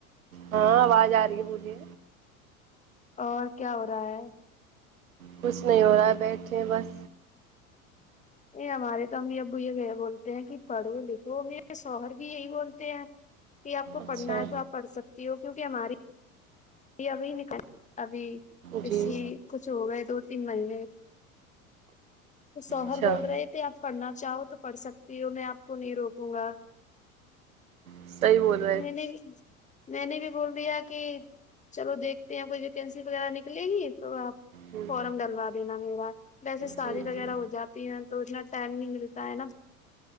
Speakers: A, on the right (about 70°); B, on the left (about 15°).
A: ہاں آواز آ رہی ہے بولئے
B: اور کیا ہو رہا ہے
A: کچھ نہیں ہو رہا ہے بیٹھے ہے بس
B: یہ ہمارے تو امی ابو یہ بولتے ہیں کہ پڑھو لکھو اور شوہر بھی یہی بولتے ہیں کہ آپ کو
A: اچھا
B: پڑھنا ہے تو آپ پڑھ سکتی ہو کیونکہ ہماری یہ ابھی نکل ابھی
A: جی
B: اسی کچھ ہو گئے دو تین مہینے توشوہر
A: اچھا
B: بول رہے آپ پڑھنا چاہو تو پڑھ سکتی ہو میں آپ کو نہیں روکوں گا
A: صحیح بولے
B: میں نے میں نے بھی بول دیا کہ چلو دیکھتے ہیں کوئی ویکینسی وغیرہ نکلے گی تو آپ
A: ہوں،
B: فورن ڈلوا دینا میوا ویسے شادی
A: جی
B: وغیرہ
A: جی
B: ہو جاتی تو اتنا ٹائم نہیں ملتا ہے نا